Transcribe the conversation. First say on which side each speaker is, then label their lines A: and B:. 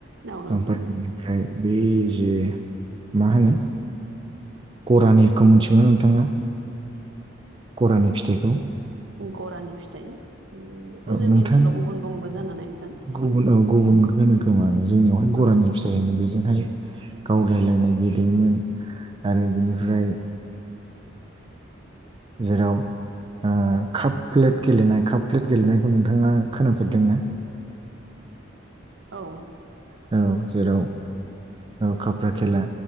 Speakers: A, on the right; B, on the right.
A: औ नोंथां
B: ओमफ्राय बिनि ओमफ्राय बे जे मा होनो गरानिखौ मिथिगौ ना नोंथाङा गरानि फिथाइखौ
A: गरानि फिथाइ बेखौ
B: औ
A: जोंनि
B: नोंथां
A: ओनसोलाव गुबुन बुङोबो जानो हानाय नोंथां
B: गुबुन औ गुबुन होनो खोमा जोंनियावहाय
A: नोंथां
B: गरानि फिथाइ होनो बेजोंहाय गावलायलायनाय गेलेयोमोन आरो बिनिफ्राय जेराव ओ काप प्लेट गेलेनाय काप प्लेट गेलेनायखौ नोंथाङा खोनाफेरदोंना
A: औ
B: औ जेराव खाफ्रा खेला